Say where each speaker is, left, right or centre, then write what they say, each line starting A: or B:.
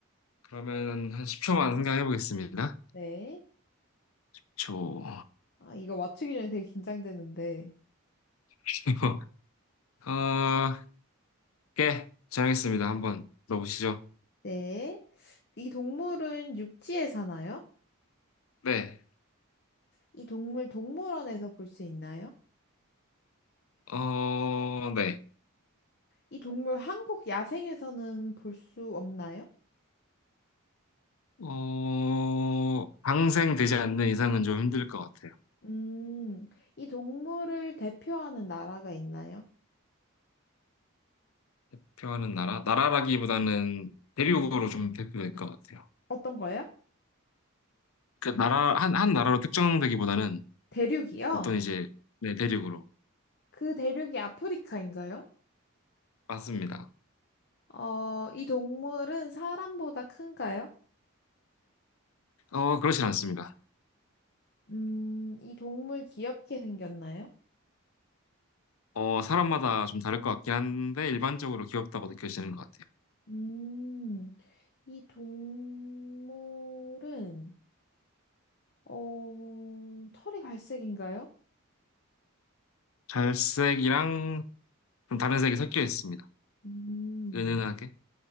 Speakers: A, on the left; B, on the left.
A: 그러면 한 10초만 생각해보겠습니다.
B: 네.
A: 초.
B: 아, 이거 맞추기 전에 되게 긴장되는데.
A: <laughs> 어, 예, 정했습니다. 한번 넣어보시죠.
B: 네. 이 동물은 육지에 사나요?
A: 네,
B: 이 동물 동물원에서 볼 수 있나요?
A: 어, 네.
B: 이 동물 한국 야생에서는 볼 수 없나요?
A: 어, 방생되지 않는 이상은 좀 힘들 것 같아요.
B: 음, 이 동물을 대표하는 나라가 있나요?
A: 대표하는 나라? 나라라기보다는 대륙으로 좀 대표될 것 같아요.
B: 어떤 거요?
A: 그 나라, 한, 한 나라로 특정되기보다는
B: 대륙이요?
A: 어떤 이제, 네, 대륙으로.
B: 그 대륙이 아프리카인가요?
A: 맞습니다.
B: 어, 이 동물은 사람보다 큰가요?
A: 어, 그렇진 않습니다.
B: 음, 이 동물 귀엽게 생겼나요?
A: 어, 사람마다 좀 다를 것 같긴 한데, 일반적으로 귀엽다고 느껴지는 것 같아요.
B: 음, 이 동물은, 어, 털이 갈색인가요?
A: 갈색이랑 좀 다른 색이 섞여 있습니다.
B: 음,
A: 은은하게.